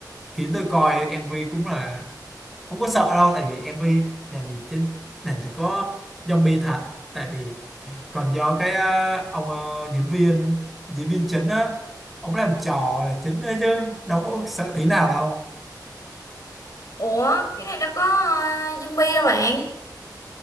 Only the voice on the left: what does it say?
Ủa, cái này nó có à, zombie hả bạn?